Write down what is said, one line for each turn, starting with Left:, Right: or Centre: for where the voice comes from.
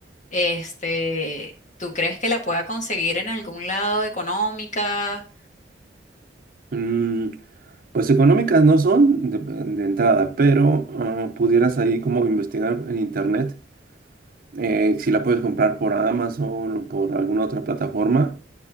Left: Este, ¿tú crees que la pueda conseguir en algún lado económica?
Right: mm, pues económicas no son de, de entrada, pero ah, pudieras ahí como investigar en internet Eh, si la puedes comprar por Amazon o por alguna otra plataforma